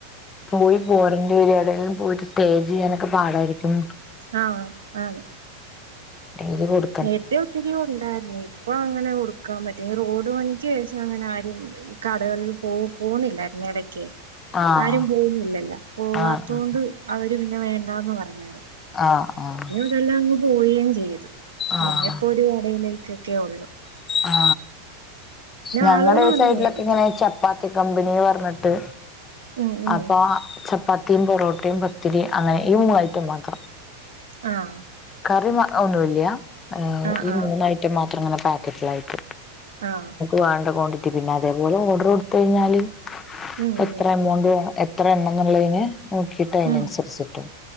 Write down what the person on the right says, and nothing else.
ആഹ് ആഹ്
ഏട്ത്തിയോ ത്തിരി ഉണ്ടായിരുന്നു. ഇപ്പൊ അങ്ങനെ കൊടുക്കാൻ പറ്റും റോഡ് പണിക്ക് ശേഷം അങ്ങനെ ആരും <unintelligible> കടകളിൽ പോ പോന്നില്ലായിരുന്ന എടയ്ക്ക്.
ആരും പോവുന്നില്ലല്ലാ പോവാത്തോണ്ട്
അവര് പിന്നെ വേണ്ടാന്ന് പറഞ്ഞാന്.
ഇതെല്ലാം അങ്ങ് പോവയും ചെയ്ത്. പിന്നെപ്പോ
ഒരു കടയിലേയ്ക്കൊക്കേ ഒള്ളൂ.
ആളുകൾ
വന്ന്
മേടിക്കും
ഉം ഉം
ആഹ്
ആഹ്
ആഹ്
ആഹ്
ഉം
ഉം
ഉം